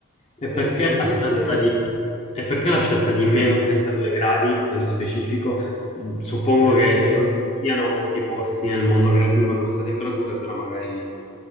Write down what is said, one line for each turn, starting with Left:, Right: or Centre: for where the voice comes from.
Left: E perché
Centre: Mentre il
Left: la
Centre: DSR,
Left: scelta di, e perché la scelta di meno 32 gradi nello specifico? Mm, Suppongo
Centre: perché
Left: che non ci siano molti posti nel mondo che raggiungono queste temperature, però magari...